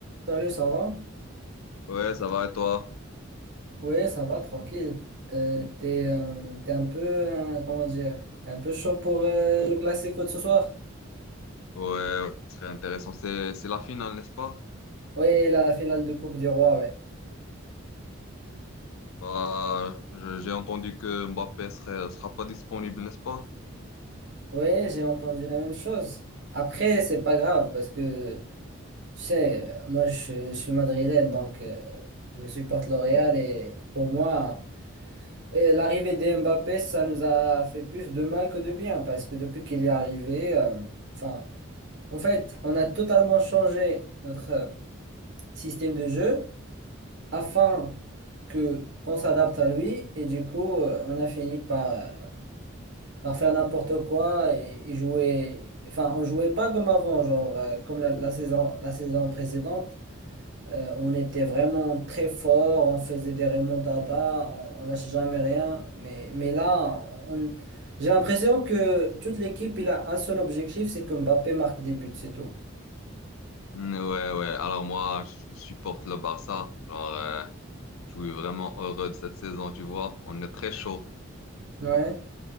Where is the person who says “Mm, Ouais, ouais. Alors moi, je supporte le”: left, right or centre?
Left